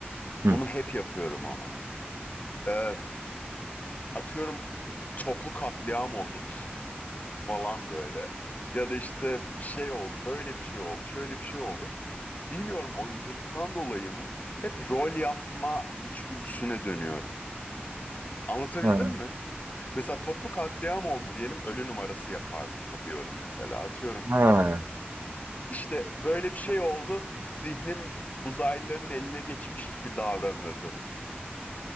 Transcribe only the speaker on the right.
Hı.
Ha,
ha,